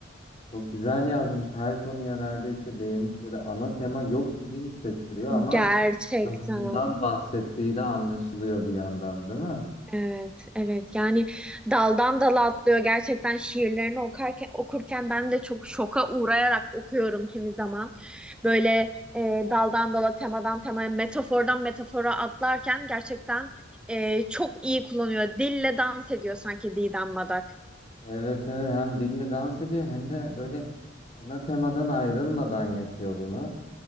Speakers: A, on the left; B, in the centre.
A: Çok güzel yazmış her konuya neredeyse değinmiş böyle ana tema yok gibi hissettiriyor ama
B: Gerçekten.
A: zamandan bahsettiği de anlaşılıyor bir yandan değil mi?
B: Evet, evet. Yani daldan dala atlıyor. Gerçekten şiirlerini okurken okurken ben de çok şoka uğrayarak okuyorum kimi zaman. Böyle e, daldan dala, temadan temaya, metafordan metafora atlarken gerçekten e, çok iyi kullanıyor. Dille dans ediyor sanki Didem Madak.
A: Evet evet hem dille dans ediyor hem de böyle ana temadan ayrılmadan yapıyor bunu.